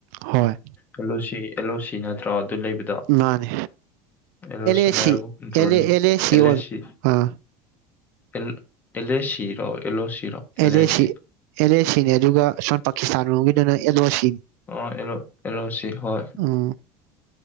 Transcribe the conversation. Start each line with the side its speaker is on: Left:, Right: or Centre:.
Right: ꯍꯣꯏ
Left: ꯑꯦꯜ ꯂꯣ ꯁꯤ ꯑꯦꯜ ꯂꯣ ꯁꯤ ꯅꯠꯇ꯭ꯔꯣ ꯑꯗꯨ ꯂꯩꯕꯗꯣ
Right: ꯃꯥꯅꯦ
Left: ꯑꯦꯜ ꯂꯣꯁꯤꯅ
Right: ꯑꯦ ꯁꯤ
Left: ꯗ꯭ꯔꯣꯟ
Right: ꯑꯦꯜ ꯑꯦ ꯑꯦ
Left: ꯑꯦꯜ
Right: ꯑꯣꯏꯕ
Left: ꯂꯣ ꯁꯤ
Right: ꯑꯥ
Left: ꯑꯦꯜ ꯑꯦꯜ ꯑꯦꯁ ꯁꯤ ꯔꯣ ꯑꯦꯜꯂꯣꯁꯤꯔꯣ ꯑꯦꯜꯑꯦꯁꯁꯤ
Right: ꯑꯦꯜ ꯑꯦ ꯁꯤ ꯑꯦꯜ ꯑꯦꯁꯁꯤꯅꯦ ꯑꯗꯨꯒ ꯁꯣꯝ ꯄꯥꯀꯤꯁꯇꯥꯟ ꯂꯣꯝꯒꯤꯗꯨꯅ ꯑꯦꯜꯂꯣꯁꯁꯤ
Left: ꯑꯣ ꯑꯦꯜ ꯑꯣ ꯑꯦꯜ ꯑꯣ ꯁꯤ ꯍꯣꯏ
Right: ꯎꯝ